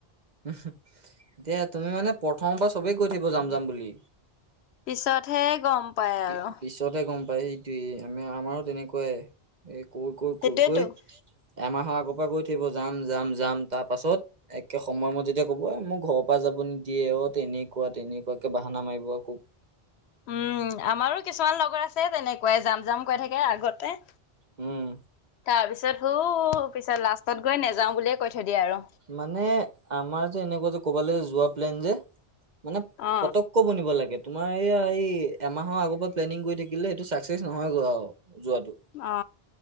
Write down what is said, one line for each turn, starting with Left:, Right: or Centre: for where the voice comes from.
Right: এতিয়া তুমি মানে, প্ৰথমৰ পৰা চবেই কৈ থাকিব যাম যাম বুলি।
Left: পিছতহে, গম পাই
Right: পি-
Left: আৰু।
Right: পিছতহে গম পায় সেইটোয়ে আমি, আমাৰো তেনেকুৱা এ। কৈ-কৈ-কৈ-কৈ
Left: সেইটোয়েতো।
Right: এমাহৰ। আগৰ পৰা কৈ থাকিব। যাম- যাম, -যাম তাৰ পাছত একে। এ সময়ত-মত যেতিয়া ক'ব, মোৰ ঘৰৰ পৰা যাব নিদিয়ে। অ, তেনেকুৱা তেনেকুৱাকে বাহানা মাৰিব আকৌ।
Left: উম, আমাৰো কিছুমান লগৰ আছে তেনেকুৱাই। যাম- যাম কৈ থাকে আগতে।
Right: উম।
Left: তাৰপিছত, <unintelligible> পিছত লাষ্টত গৈ নেযাও বুলিয়ে কৈ। থৈ দিয়ে আৰু
Right: মানে, আমাৰ যে এনেকুৱা যে ক'বালৈ যোৱা প্লেন‌ যে। মানে,
Left: অ
Right: পতক <unintelligible> বনিব লাগে। তোমাৰ, এইয়া এই। এমাহৰ আগৰ পৰা প্লেনিং কৰি থাকিলে, সেইটো <unintelligible> নহয়গৈ আৰু। যোৱাটো?
Left: অ